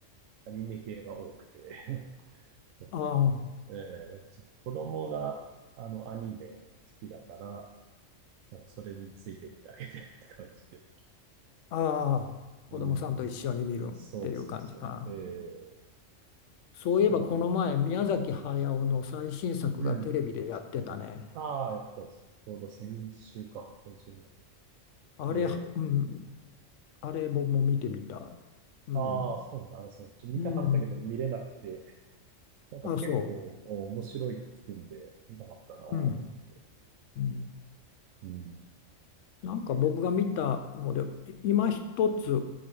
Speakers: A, on the right; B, on the left.
A: アニメ系が多くて <laughs>
B: あ
A: ええやっぱちょっと子供があのアニメ好きだから、なんかそれについてってあげてるって感じで。
B: あ、ああ、
A: うん。
B: 子供さんと一緒に見るっていう感じかな。
A: そうそうそう。ええ
B: そういえば、
A: そうなの
B: この前、宮崎駿の最新作がテレビでやってたね。
A: うん。ああ、やってたし。ちょうど先週か。先週ぐらい。
B: あれ、
A: ええ
B: うん、あれ、僕も見てみた。うん、
A: ああ、そうなんだ。あれ、そう、ちょっと見たかったけど見れなくて。
B: うん、
A: なんか結構お面白いって聞くんで、
B: あ、そ
A: 見たかったなぁと思って。
B: う。うん。うん
A: うん。
B: なんか僕が見たので、い今一つ、